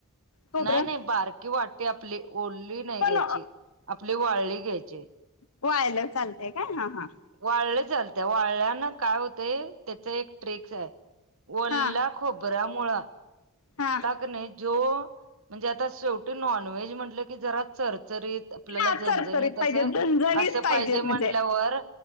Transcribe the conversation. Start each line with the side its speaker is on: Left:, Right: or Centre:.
Left: खोबरं
Right: नाही नाही बारकी वाटी आपली ओढली नाही
Left: पण
Right: घ्यायची आपली वाळली घ्यायची
Left: बायलेर चालतय काय हा हां
Right: वाळले चालत वाढल्यान काय होतेय त्याच एक ट्रिकस आहे वल्ला
Left: हा
Right: खबरा मुळां
Left: हा
Right: कणी जो म्हणजे आता शेवटी नॉनव्हेज म्हटलं जरा चरचरीत आपल्याला
Left: हा
Right: झणझणीत
Left: चरचरीत पाहिजे
Right: अस,
Left: झणझणीत
Right: असं पाहिजे म्हटल्यावर
Left: म्हणजे